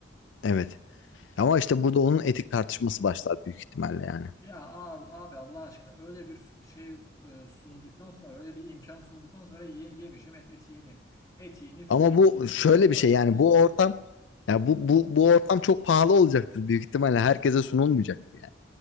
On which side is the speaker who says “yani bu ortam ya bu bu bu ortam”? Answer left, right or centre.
Left